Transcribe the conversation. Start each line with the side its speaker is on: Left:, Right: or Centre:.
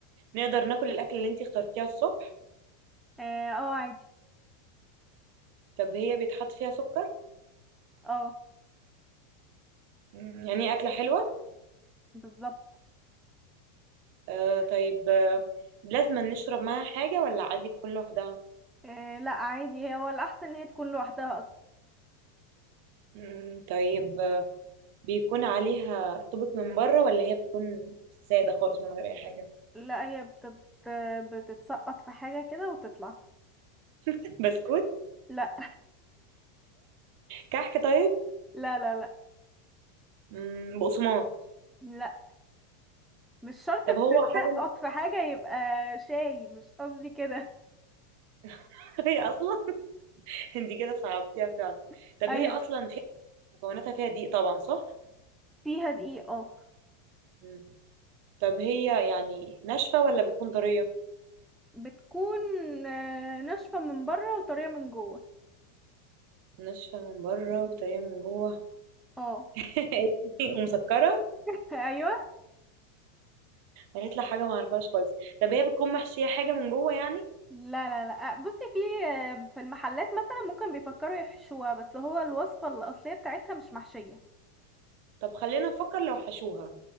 Right: نقدر ناكل الأكلة اللي انت اخترتيها الصبح
Centre: اه آه، عادي
Right: طب هي بيتحط فيها سكر
Centre: اه
Right: مم، يعني هي أكلة حلوة
Centre: بالظبط
Right: آه طيب آه لازم نشرب معاها حاجة ولا عادي تكون لوحدها
Centre: آه لا عادي هو الاحسن ان هي تكون لوحدها اصلا
Right: مم، طيب آه، بيكون عليها طبق من بره ولا هي بتكون سادة خالص من غير أي حاجة
Centre: لا هي بتت... بتتسقط في حاجة كده وتطلع
Right: <laughs> بسكوت
Centre: لا
Right: كحك طيب
Centre: لا لا لا
Right: مم، بقسماط
Centre: لا مش شرط
Right: طب
Centre: بتتسقط
Right: هو حاجة
Centre: في حاجة يبقى شاي مش قصدي كده
Right: <laughs> هي أصلا <laughs> انت كده صعبتيها فعلا
Centre: <laughs>
Right: طب
Centre: ايوه
Right: هي أصلا فيها مكوناتها فيها دقيق طبعا صح؟
Centre: فيها دقيقة اه
Right: مم. طب هي يعني ناشفة ولا بتكون طرية؟
Centre: بتكون آه، ناشفة من بره وطرية من جوه
Right: ناشفة من بره وطرية من جوه
Centre: اه
Right: <laughs> ومسكرة
Centre: <laughs> ايوه
Right: هيطلع حاجة ما اعرفهاش خالص طب هي بتكون محشية حاجة من جوه يعني؟
Centre: لا لا لا آه، بصي في آه، في المحلات مثلا ممكن بيفكروا يحشوها بس هو الوصفة الأصلية بتاعتها مش محشية
Right: طب خلينا نفكر لو حشوها